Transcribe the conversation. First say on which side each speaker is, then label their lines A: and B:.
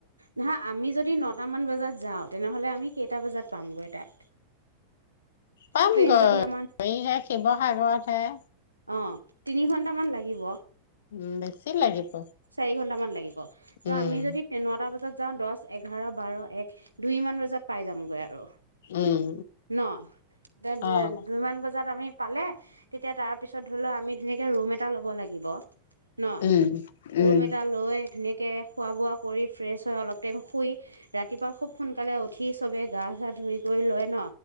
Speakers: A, on the right; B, on the left.
A: না আমি যদি যদি নটামান বজাত যাওঁ তেনেহ'লে আমি কেইটা বজাত পামগৈ তাত
B: পামগৈ
A: ট্ৰেইন যদি আমাৰ
B: এইহে শিৱসাগৰত হে
A: অ তিনি ঘণ্টামান লাগিব
B: উম চি লাগিব
A: চাৰি ঘন্টামান লাগিব ত
B: উম,
A: আমি যদি নটা বজাত যাওঁ দহ এঘাৰ বাৰ এক দুইমান বজাত পাই যামগৈ আৰু
B: উম,
A: ন এতিয়া
B: অ',
A: দুইমান বজাত আমি পালে তেতিয়া তাৰপিছত ধৰি লও আমি ধুনীয়াকে ৰুম এটা ল'ব লাগিব ন
B: উম উম
A: ৰুম এটা লৈ ধুনীয়াকৈ খোৱা বোৱা কৰি ফ্ৰেছ হয় অলপ টাইম শুই ৰাতিপুৱা খুব সোনকালে উঠি চবেই গা চা ধুই কৰি লয় ন